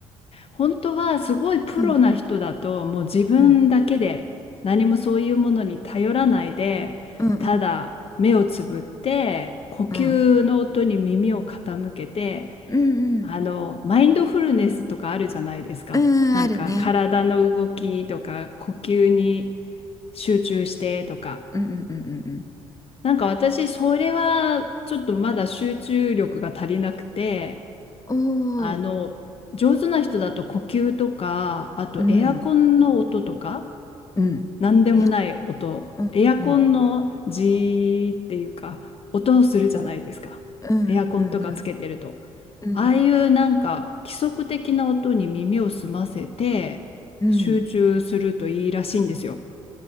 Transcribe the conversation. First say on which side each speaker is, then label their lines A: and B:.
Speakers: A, on the left; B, on the left.
A: 本当はすごいプロな人だともう自分だけで何もそういうものに頼らないでただ目をつぶって呼吸の音に耳を傾けて
B: うん、うん、うん、うん、うん、うん、うん、
A: あのマインドフルネスとかあるじゃないですか。
B: うん、
A: なんか体の動きとか呼吸に
B: うん、あるね。
A: 集中してとか。
B: うん、うん、うん、うん。うん
A: なんか私それはちょっとまだ集中力が足りなくて。
B: おお
A: あの、上手な人だと呼吸とか、あとエアコンの音とか、
B: うん、うん。
A: なんでもない音、
B: エアコン、
A: エアコンのジ
B: うん、うん、
A: ーっていうか、音をするじゃないですか。
B: うん、
A: エアコンとかつけてると。
B: うん、うん、うん、
A: ああいうなんか規則的な音に耳を澄ませて集中するといいらしいんですよ。
B: うん、うん。